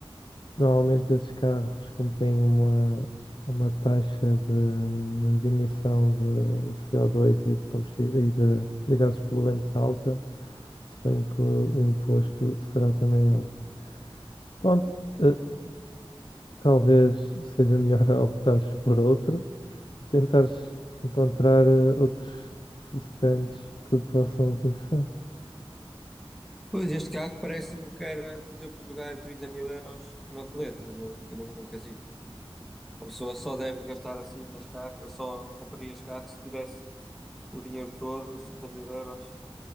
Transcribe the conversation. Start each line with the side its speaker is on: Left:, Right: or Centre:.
Left: normalmente esses carros, como têm uma, uma taxa de, de emissão de CO2 e de combustível e de, de gases poluentes alta, se bem que o, o imposto será também alto. Pronto, eh, talvez seja melhor <laughs> optares por outro. por tentares encontrar eh, outros stands que possam te interessar.
Centre: Pois, este carro parece-me que era, por exemplo, jogar 30 mil euros na roleta, num, num, num casino. Uma pessoa só deve gastar assim nas carros, eu só compraria os carros se tivesse o dinheiro todo, os 30 mil euros